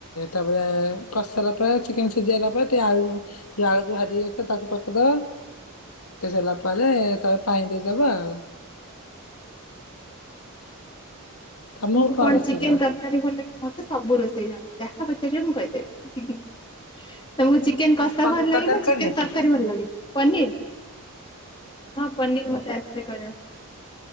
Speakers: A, on the left (about 80°); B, on the left (about 20°).
A: ତାପରେ କଷି ସାରିଲା ପରେ ଚିକେନ ସିଝିଆଇଲା ପରେ ଟିକେ ଆଳୁ। ଟିକିଏ ଆଳକୁ ଭାଜି ରଖି ତାକୁ ପକେଇଦବା। ପକେଇ ସାରିଲା ପରେ ତ ପାଣି ଦେଇଦବା ଆଉ। ତମକୁ
B: ମୁଁ କଣ
A: ରୋଷେଇ
B: ଚିକେନ
A: ଜଣା?
B: ତର ଭାରି ଭଲ ଲାଗେ ମତେ ସବୁ ରୋଷେଇ ଜଣା ଯାହା ପଚାରିବେ ମୁଁ କହିଦେବି। ତମକୁ ଚିକେନ କଷା
A: ପନିର
B: ଭଲ ଲାଗେ
A: ତରକାରୀ
B: ନା
A: କରି
B: ଚିକେନ
A: ଆସେ?
B: ତରକାରୀ ଭଲ ଲାଗେ ପନିର। ହଁ ପନିର୍ ମତେ ଆସେ କରିବା।